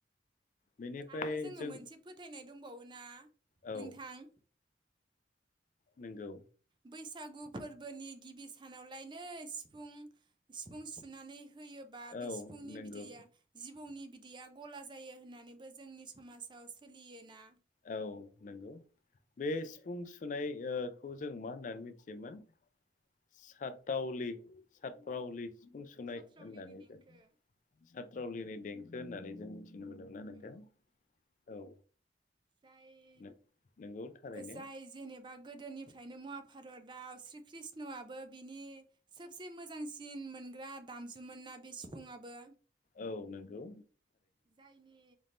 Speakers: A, on the left; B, on the right.
A: बेनिफ्राय
B: आरो जोङो
A: जों
B: मोनसे फोथायनाय दंबावोना
A: औ
B: नोंथां?
A: नोंगौ
B: बैसागु फोरबोनि गिबि सानावलायनो सिफुं सिफुं सुनानै होयोबा
A: औ
B: बे सिफुंनि
A: नंगौ
B: बिदैया जिबौनि बिदैया गला जायो होननानै बो जोंनि समाजाव सोलियोना
A: औ नोंगौ बे सिफुं सुनाय ओ खौ जों मा होननानै मिथियोमोन सातावलि सातप्रावलि सिफुं सुनाय
B: सथ्रावलिनि
A: होननानै
B: देंखो
A: जों साथ्रावलिनि देंखो होननानै जों मिथिनो मोनोमोन ना नोंथां
B: औ
A: औ
B: जाय
A: <unintelligible> नोंगौ थारैनो
B: जाय जेनेबा गोदोनिफ्रायनो महाभारतआव श्री कृष्णआबो बिनि सोबसे मोजांसिन मोनग्रा दामजुमोन ना बे सिफुंआबो
A: औ नोंगौ
B: जायनि